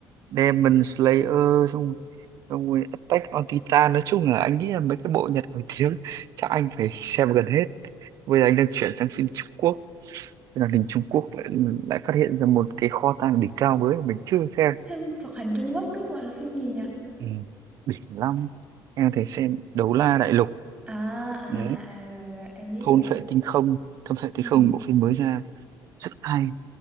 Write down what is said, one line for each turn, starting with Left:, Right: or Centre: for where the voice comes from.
Right: Demon Slayer xong rồi- xong rồi Attack on Titan nói chung là anh nghĩ là mấy cái bộ Nhật nổi tiếng chắc anh phải xem gần hết bây giờ anh đang chuyển sang phim Trung Quốc Thế là đình Trung Quốc lại lại phát hiện ra một cái kho tàng đỉnh cao mới mà mình chưa xem
Centre: Phim hoạt hình Trung Quốc đúng không? Là phim gì nhỉ?
Right: ừ. đỉnh lắm em có thể xem Đấu La Đại Lục
Centre: À à
Right: Ừ.
Centre: à à rồi rồi em biết
Right: Thôn
Centre: rồi em.
Right: Phệ Tinh Không Thôn Phệ Tinh
Centre: Ừ.
Right: Không bộ phim mới ra rất hay